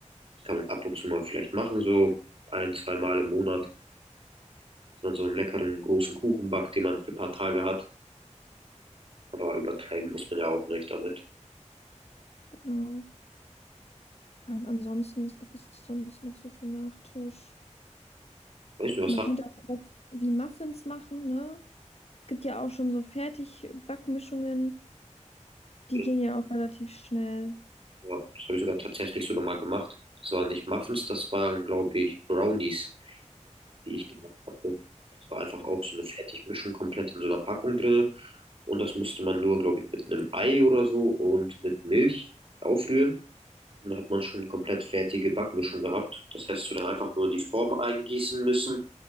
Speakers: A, on the right; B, on the left.
A: Das kann man ab und zu mal vielleicht machen, so ein, zwei Mal im Monat, dass man so einen leckeren großen Kuchen backt, den man für ein paar Tage hat. Aber übertreiben muss man ja auch nicht damit.
B: Genau. Ja, und ansonsten, was gibt es sonst noch so für Nachtisch?
A: Weißt du,
B: Man
A: was hast
B: könnte auch was wie Muffins machen, ne? Es gibt ja auch schon so Fertigbackmischungen. Die
A: du?
B: gehen ja auch relativ schnell.
A: Ja, das habe ich sogar tatsächlich sogar mal gemacht. Das waren nicht Muffins, das waren, glaube ich, Brownies, die ich gemacht hatte. Das war einfach auch so eine Fertigmischung komplett in so einer Packung drin. Und das musste man nur, glaube ich, mit einem Ei oder so und mit Milch aufrühren. Und dann hat man schon eine komplett fertige Backmischung gehabt. Das hättest du dann einfach nur in die Form eingießen müssen